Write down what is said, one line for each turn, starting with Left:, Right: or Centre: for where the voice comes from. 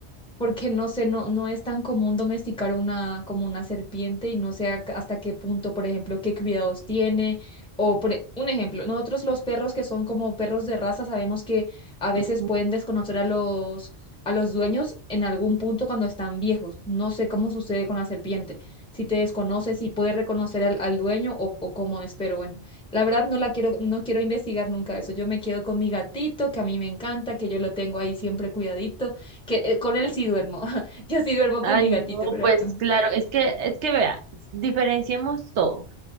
Centre: porque no sé, no, no es tan común domesticar una, como una serpiente y no sé a- hasta qué punto, por ejemplo, qué cuidados tiene. O por, e- un ejemplo, nosotros los perros que son como perros de raza sabemos que a veces
Right: Ujú.
Centre: pueden desconocer a los, a los dueños en algún punto cuando están viejos. No sé cómo sucede con la serpiente, si te desconoce, si puede reconocer al, al dueño o, o cómo es, pero bueno, la verdad no la quiero, no quiero investigar nunca eso. Yo me quedo con mi gatito, que a mí me encanta, que yo lo tengo ahí siempre cuidadito que eh, con él sí duermo. <laughs> Yo sí duermo
Right: Ay,
Centre: con mi gatito,
Right: no,
Centre: pero
Right: pues
Centre: no.
Right: claro, es que, es que vea, diferenciemos todo.